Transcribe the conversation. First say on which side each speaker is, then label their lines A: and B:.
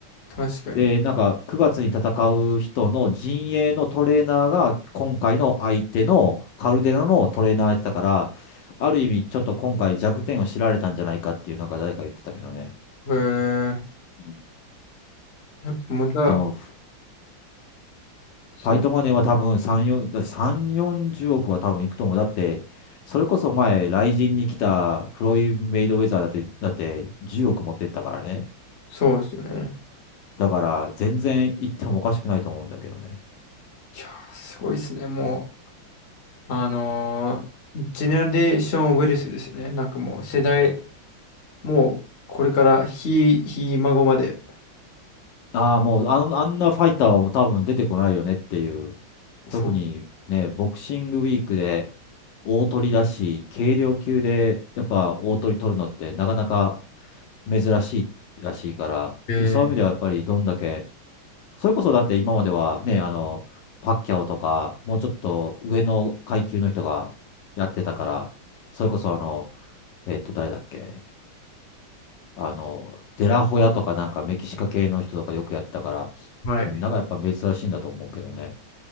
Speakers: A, on the left (about 50°); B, on the left (about 70°).
A: 確かに。
B: で、なんか、9月に戦う人の陣営のトレーナーが、今回の相手のカルデラのトレーナーやってたから、ある意味、ちょっと今回弱点を知られたんじゃないかっていう、なんか誰か言ってたけどね。
A: へー
B: うん
A: やっぱまた、
B: でも、
A: そう、
B: ファイトマネーは多分3、4、だって3、40億は多分いくと思う。だって、それこそ前、雷神に来たフロイド・メイドウェザーだって、だって10億持ってったからね。
A: そうですよね。
B: だから、全然行ってもおかしくないと思うんだけどね。
A: いやー、すごいですね。もう、あのージェネレーションウェルスですね。なんかもう世代、もうこれからひ、ひ孫まで。
B: ああ、もうあの、あんなファイターはもう多分出てこないよねっていう。特にね、
A: そう。
B: ボクシングウィークで大取りだし、軽量級でやっぱ大取り取るのってなかなか珍しいらしいから、
A: え
B: でそういう意味ではやっぱりどんだけそれこそだって今まではね、あの、パッキャオとか、もうちょっと上の階級の人がやってたから、それこそあの、えっと、誰だっけあの、デラホヤとかなんかメキシカ系の人とかよくやってたから、
A: ー、はい。
B: うんなんかやっぱ珍しいんだと思うけどね。